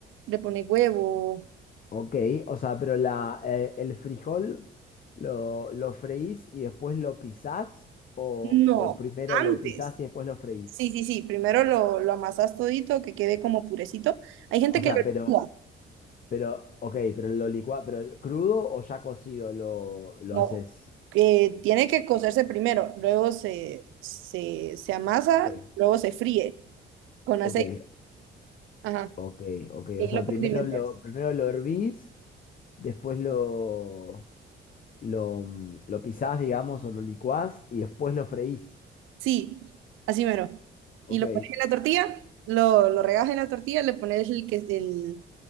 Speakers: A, on the right (about 90°); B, on the left (about 45°).
A: le pones huevo.
B: Ok, o sea, pero la, eh, el frijol lo, lo freís y después lo pisás o,
A: No,
B: o primero
A: antes.
B: lo pisás y después lo freís.
A: Sí, sí, sí, primero lo, lo amasas todito, que quede como purecito. Hay gente
B: O
A: que
B: sea,
A: lo
B: pero,
A: licúa,
B: pero, ok, pero lo licua, pero crudo o ya cocido lo, lo
A: no,
B: haces.
A: que tiene que cocerse primero, luego se, se, se amasa,
B: Ok,
A: luego se fríe con aceite.
B: ok,
A: Ajá.
B: ok, ok.
A: Y
B: O sea,
A: ahí lo condimentas.
B: primero lo, primero lo hervís, después lo, lo, mm, lo pisás, digamos, o lo licuás y después lo freís.
A: Sí, así mero.
B: Ok,
A: Y lo pones en la tortilla, lo, lo regas en la tortilla, le pones el, que- el,